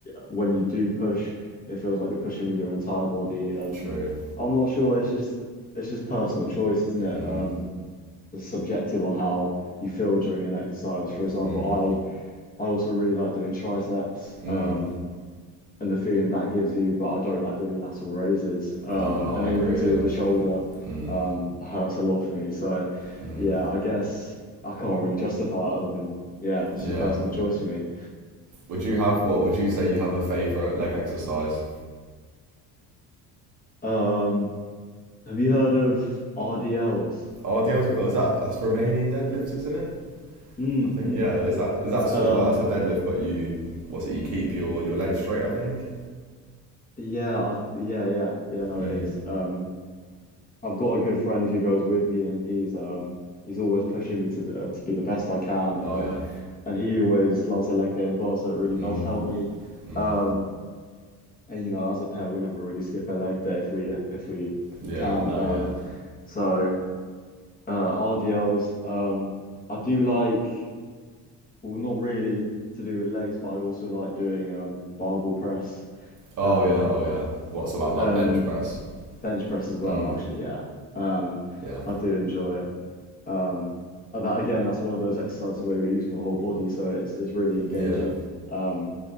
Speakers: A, on the left (about 20°); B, on the right (about 50°).
A: when you do push, it feels like you're pushing with your entire body. And
B: true.
A: I'm not sure. It's just it's just personal choice, isn't it?
B: Mm,
A: Um, it's subjective on how you feel during an exercise. For example,
B: mm,
A: I I also really like doing triceps.
B: mm.
A: Um. And the feeling that gives you, but I don't like doing lateral raises. Um,
B: No, I
A: and anything
B: agree.
A: to
B: Yeah.
A: do with the shoulder,
B: Mm,
A: um, hurts a lot for me. So,
B: mm.
A: yeah, I guess I can't really justify it other than, yeah, it's
B: Yeah.
A: just personal choice for me.
B: Would you have what? Would you say you have a favorite leg exercise?
A: Um, have you heard of RDLs?
B: Oh, the other was that that's Romanian deadlifts, isn't it?
A: Mm,
B: I think
A: mm.
B: yeah, is that is that sort
A: Um,
B: of like that's a deadlift, but you what's it? You keep your your legs straight, I think.
A: yeah, I, yeah, yeah, yeah. No,
B: Mm.
A: it is. Um, I've got a good friend who goes with me, and he's um he's always pushing me to d- uh, to be the best I can.
B: Oh
A: Um,
B: yeah.
A: and he always loves a leg day as well, so it really
B: Mm.
A: does help me.
B: Mm.
A: Um, and you know, as a pair, we never really skip a leg day if we if we c-
B: Yeah.
A: can.
B: No.
A: Um,
B: Yeah.
A: so uh, RDLs. Um, I do like. well, not really to do with legs, but I also like doing um barbell press
B: Oh
A: um
B: yeah. Oh yeah. What's it like like
A: and
B: bench press?
A: bench press as well,
B: Mm.
A: actually, yeah. Um
B: Yeah.
A: I do enjoy it. Um and that again, that's one of those exercises where you're using your whole body, so it's it's really engaging.
B: Yeah.
A: Um